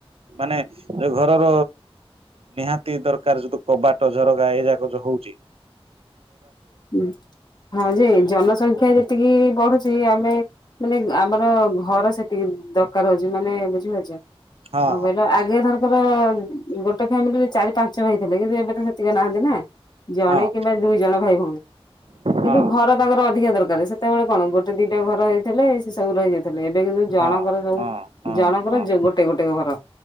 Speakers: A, on the right; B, on the left.
A: ମାନେ ଯୋଉ ଘରର ନିହାତି ଦରକାର ଯୋଉ କବାଟ ଝରକା ଏଇଯାକ ଯୋଉ ହୋଉଚି।
B: ହୁଁ ହଁ ଯେ ଜନସଂଖ୍ୟା ଯେ ତିକି ବଢୁଛି ଆମେ ମାନେ ଆମର ଘର ସେତିକି ଦରକାର ହଉଚି ମାନେ ବୁଝିପାରୁଚ। କଣ
A: ହଁ
B: କହିଲ ଆଗେ ଧରକର ଗୋଟେ ଫ୍ୟାମିଲିରେ ଚାରି ପା ଞ୍ଚ ଭାଇ ଥିଲେ। କିନ୍ତୁ ଏବେ ତ ସେତିକି ନାହାନ୍ତି ନା ଜଣେ
A: ହଁ
B: କିମ୍ବା ଦୁଇ ଜଣ ଭାଇ ଭଉଣୀ। କିନ୍ତୁ
A: ହଁ
B: ଘର ତାଙ୍କର ଅଧିକା ଦରକାର ସେତେବେଳେ କଣ ଗୋଟେ ଦିଟା ଘର ହେଇଥିଲେ ସେ ସବୁ ରହିଯାଉ ଥିଲେ, ଏବେ କିନ୍ତୁ ଜଣଙ୍କର
A: ହଁ ହଁ
B: ଯୋଉ
A: ହଁ ହଁ
B: ଜଣଙ୍କର
A: ହଁ
B: ଯୋ ଗୋଟେ ଗୋଟେ ଘର।